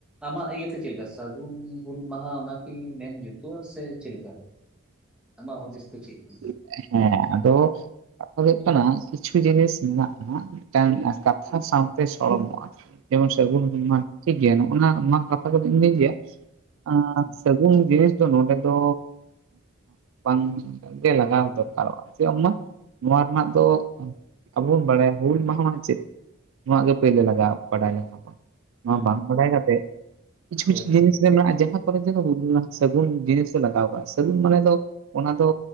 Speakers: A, in the centre; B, on the right (about 65°).
A: ᱟᱢᱟᱜ ᱤᱭᱟᱹᱛᱮ ᱪᱮᱫ ᱞᱮᱠᱟ ᱥᱟᱹᱜᱩᱱ ᱦᱩᱞ ᱢᱟᱦᱟ ᱚᱱᱟᱠᱤ ᱢᱮᱱ ᱡᱩᱛᱩᱜᱼᱟ ᱥᱮ ᱪᱮᱫ ᱞᱮᱠᱟ? ᱟᱢᱟᱜ ᱦᱩᱸᱫᱤᱥ ᱛᱮ ᱪᱮᱫ ᱠᱚ ᱢᱮᱛᱟᱜ?
B: ᱦᱮᱸ ᱟᱫᱚ ᱠᱟᱛᱷᱟ ᱫᱚ ᱦᱩᱭᱩᱜ ᱠᱟᱱᱟ ᱠᱤᱪᱷᱩ ᱡᱤᱱᱤᱥ ᱢᱮᱱᱟᱜᱼᱟ ᱢᱤᱫᱴᱟᱝ ᱠᱟᱛᱷᱟ ᱥᱟᱶᱛᱮ ᱥᱚᱲᱚᱢᱚᱜᱼᱟ᱾ ᱡᱮᱢᱚᱱ ᱥᱟᱹᱜᱩᱱ <unintelligible> ᱴᱷᱤᱠ ᱜᱮᱭᱟ ᱱᱚᱜᱱᱟ ᱱᱚᱣᱟ ᱠᱟᱛᱷᱟ ᱠᱚᱫᱚ ᱤᱧᱫᱩᱧ ᱞᱟᱹᱭᱟ
A: ᱦᱩᱸ
B: ᱡᱤᱱᱤᱥ ᱫᱚ ᱱᱚᱰᱮ ᱫᱚ ᱵᱟᱝ ᱜᱮ ᱞᱟᱜᱟᱣ ᱫᱚᱨᱠᱟᱨᱚᱜᱼᱟ ᱡᱮ ᱵᱟᱝ ᱢᱟ ᱱᱚᱣᱟ ᱨᱮᱱᱟᱜ ᱫᱚ ᱟᱵᱚ ᱵᱚᱱ ᱵᱟᱲᱟᱭᱟ ᱦᱩᱞ ᱢᱟᱦᱟ ᱢᱟᱱᱮ ᱪᱮᱫ ᱱᱚᱣᱟ ᱜᱮ ᱯᱳᱭᱞᱳ ᱞᱟᱜᱟᱜᱼᱟ ᱵᱟᱰᱟᱭ ᱞᱟᱜᱟᱣ ᱵᱚᱱᱟ᱾ ᱱᱚᱣᱟ
A: ᱦᱩᱸ
B: ᱵᱟᱝ ᱵᱟᱰᱟᱭ
A: ᱦᱩᱸ
B: ᱠᱟᱛᱮᱫ ᱠᱤᱪᱷᱩ
A: ᱦᱳᱭ
B: ᱠᱤᱪᱷᱩ ᱡᱤᱱᱤᱥ
A: ᱦᱳᱭ
B: ᱨᱮ ᱢᱮᱱᱟᱜᱼᱟ ᱡᱟᱦᱟᱸ <unintelligible> ᱥᱟᱹᱜᱩᱱ ᱡᱤᱱᱤᱥᱮ ᱞᱟᱜᱟᱣ ᱠᱟᱜᱼᱟ ᱥᱟᱹᱜᱩᱱ ᱢᱟᱱᱮ ᱫᱚ ᱚᱱᱟ ᱫᱚ